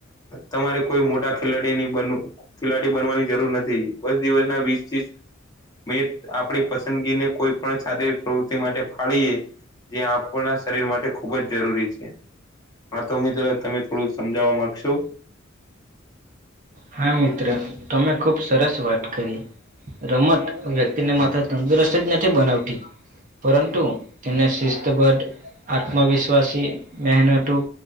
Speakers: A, on the left (about 20°); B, on the right (about 40°).
A: તમારે કોઈ મોટા ખેલાડી નહી બનવું ખેલાડી બનવાની જરૂર નથી. બસ દિવસના વીસ આપણી પસંદગી ને કોઈ પણ શારીરિક પ્રવૃતિ માટે ફાળએ જે આપણા શરીર માટે ખૂબ જ જરૂરી છે. હા તો મિત્ર તમે થોડું સમજાવવા માંગશો?
B: હા મિત્ર તમે ખુબ સરસ વાત કરી. રમત વ્યક્તિને માત્ર તંદુરસ્ત જ નથી બનાવતી. પરંતુ તેને શિસ્તબદ્ધ આત્મવિશ્વાસી મહેનતું